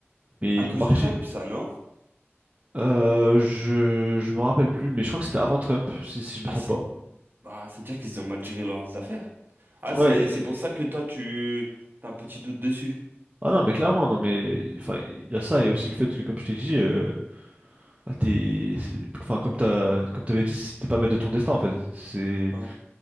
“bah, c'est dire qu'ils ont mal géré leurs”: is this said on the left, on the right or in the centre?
Right